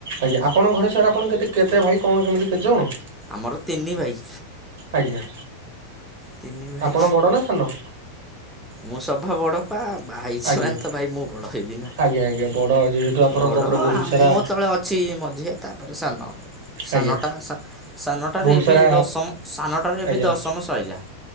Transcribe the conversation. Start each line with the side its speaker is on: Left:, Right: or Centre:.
Right: ଆଜ୍ଞା ଆପଣଙ୍କ ଘରେ ସାର୍ ଆପଣ କେତେ କେତେ ଭାଇ କଣ କେମିତି କେତେ ଜଣ।
Centre: ଆମର ତିନି ଭାଇ।
Right: ଆଜ୍ଞା
Centre: ତିନି ଭାଇ
Right: ଆପଣ ବଡ ନା ସାନ?
Centre: ମୁଁ ସଭା ବଡ଼। ପା ଭାଇ ଛୁଆନ୍ତ
Right: ଆଜ୍ଞା
Centre: ତ ଭାଇ ମୁଁ ବଡ ହେବି ନା
Right: ଆଜ୍ଞା ଆଜ୍ଞା ବଡ ଯେହେତୁ ଆପଣଙ୍କ
Centre: ବଡ
Right: ଉପରେ
Centre: ଆ
Right: ବହୁତ ସାରା
Centre: ମୋ ତଳ ଅଛି ମଝିଆ ତାପରେ ସାନ ଆଉ। ସାନଟା
Right: ଆଜ୍ଞା
Centre: ସା ସାନଟାରେ
Right: ବହୁତ
Centre: ଏବେ
Right: ସାରା
Centre: ଦଶମ ସାନଟାରେ
Right: ଆଜ୍ଞା
Centre: ଏବେ ଦଶମ ସଇଲା।